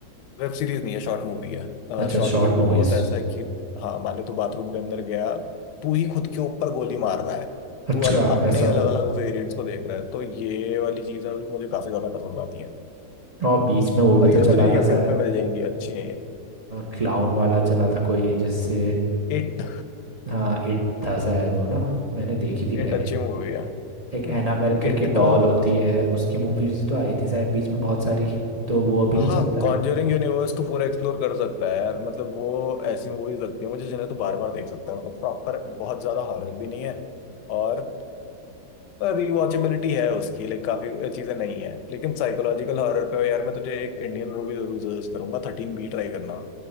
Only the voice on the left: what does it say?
वेब सीरीज नहीं है शॉर्ट मूवी है
शॉर्ट
मूवी
पे होता है ऐसा है कि हाँ मान लो तू बाथरूम के अंदर गया तू ही खुद के ऊपर गोली मार रहा है
तू अल, अपने
अलग अलग वेरिएंट्स को देख रहा है तो ये वाली चीजें भी मुझे काफी ज्यादा पसंद आती
और ये
तुझे यूट्यूब
पे मिल जाएंगी अच्छी है ये
इट
इट अच्छी मूवी है हम्म
तू
इट
को वो
कर सकता
हाँ
कॉन्जरिंग यूनिवर्स तो पूरा एक्सप्लोर कर सकता है यार मतलब वो ऐसी मूवीज लगती है मुझे जिन्हें तो बार बार देख सकता है मतलब प्रॉपर बहुत ज्यादा हॉरर भी नहीं है और रिवॉचेबिलिटी है उसकी लाइक काफी चीजें नहीं है लेकिन साइकोलॉजिकल हॉरर पे यार मैं तुझे एक इंडियन मूवी जरूर सजेस्ट करूंगा थर्टीन बी ट्राई करना